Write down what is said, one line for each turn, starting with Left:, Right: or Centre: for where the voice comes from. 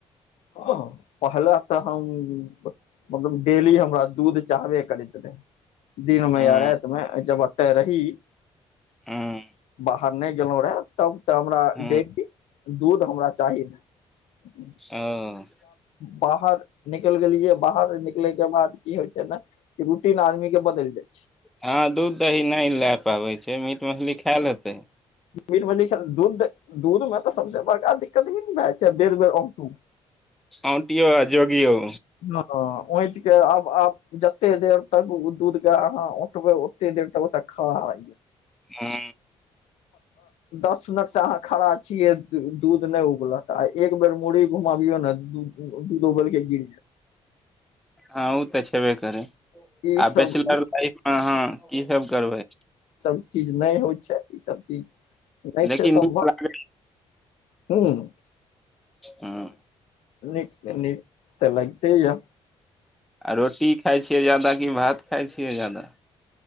Left: ह पहला तऽ हम मतलब डेली हमरा दूध चाहबे करैत रहे दिन मे
Centre: हँ
Left: या राति मे जब ओतय रही
Centre: हँ
Left: बाहर नइ गेलो रहा तब तऽ हमरा
Centre: हँ
Left: डेली दूर हमरा चाही ने
Centre: ओ
Left: बाहर निकल गेलियै बाहर निकलै के बाद की होइ छै ने रूटीन आदमी के बदलि जाइ छै
Centre: हँ दूध दही नइ लए पाबै छै से मीट मछली खाएँ लेतै
Left: दू दूध में तऽ सबे बड़का दिक्कत भ छै बेर बे मीट
Centre: ऑटूयो आ जोगियों
Left: ह ऑटू के आब आब जते देर तक ओ दूध के अहाँ ठबै ओते त तऽ खराौ
Centre: हँ
Left: दस मिनट से अहाँ खड़ा छियै दूध नइ उबलत आ एक बेर मुरी घुमबियौ ने दूध उबलके गिर जायत
Centre: हुँ ओ तऽ छै
Left: ई
Centre: आ
Left: सब
Centre: बैचलर
Left: ई
Centre: लाइफ मे अहाँ की सब करबै
Left: इसभ चीज नहि होइ छै इसभ चीज नहि
Centre: लेकिन
Left: छै संभव
Centre: नीक लागै
Left: हम
Centre: हुँ
Left: नीक नीक तऽ लगते य
Centre: आ रोटी खाय छियै जादा कि भात खाय छियै जादा